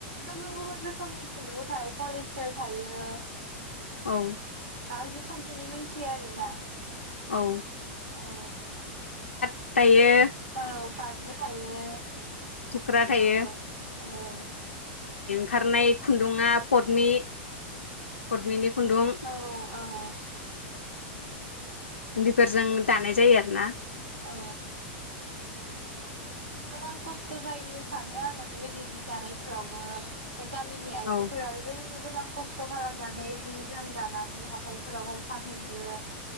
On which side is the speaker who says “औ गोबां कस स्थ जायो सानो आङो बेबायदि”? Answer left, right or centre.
Right